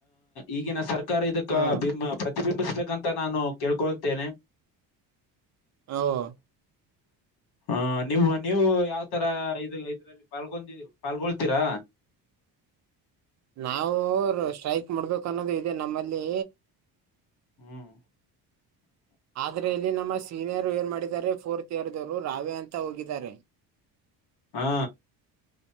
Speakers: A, on the left; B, on the right.
A: ಈಗಿನ ಸರ್ಕಾರ ಇದಕ್ಕಾ
B: ಹ್ಮ್
A: ಪ್ರತಿಬಿಂಬಿಸ್ಬೇಕಂತ ನಾನು ಕೇಳ್ಕೊಳ್ತೇನೆ.
B: ಹಾಂ
A: ಹಾ ನೀವು ನೀವು ಯಾವತರ ಇದ್ರಲ್ಲಿ ಪಾಲ್ಗೊಂಡಿದ್ದೀರಾ ಪಾಲ್ಗೊಳ್ತೀರಾ.
B: ನಾವು ಸ್ಟ್ರೈಕ್ ಮಾಡ್ಬೇಕ ಅನ್ನೋದು ಇದೆ ನಮ್ಮಲ್ಲಿ
A: ಹ್ಮ್
B: ಆದ್ರೆ ಇಲ್ಲಿ ನಮ್ಮ ಸಿ ಸೀನಿಯರ್ ಏನ್ ಮಾಡಿದ್ದಾರೆ ಫೋರ್ತ್ ಇಯರ್ ದವರು ರಾವೆ ಅಂತ ಹೋಗಿದರೆ.
A: ಹಾ